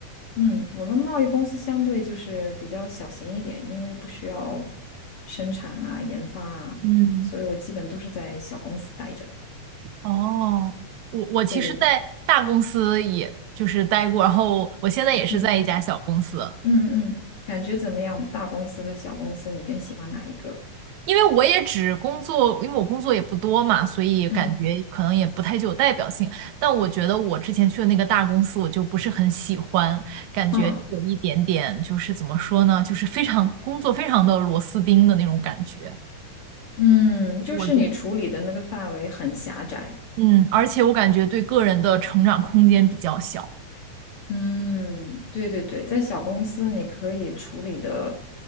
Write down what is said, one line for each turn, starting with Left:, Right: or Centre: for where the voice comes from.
Left: 嗯，我们贸易公司相对就是比较小型一点，因为不需要生产啊、研发啊，
Right: 嗯，
Left: 所以我基本都是在小公司待着。
Right: 哦，我我其实，
Left: 对对对。
Right: 在大公司也就是待过，然后我现在也是在一家小公司，
Left: 嗯。嗯嗯嗯，感觉怎么样？大公司和小公司，你更喜欢哪一个？
Right: 因为我也只工作，因为我工作也不多嘛，所以感觉可能也不太具有代表性。
Left: 嗯
Right: 但我觉得我之前去的那个大公司，我就不是很喜欢，感觉有一点点就是怎么说呢，
Left: 嗯
Right: 就是非常工作非常的螺丝钉的那种感觉，
Left: 嗯，
Right: 就是我觉得，
Left: 就是你处理的那个范围很狭窄。
Right: 嗯，而且我感觉对个人的成长空间比较小。
Left: 嗯，对对对，在小公司你可以处理的，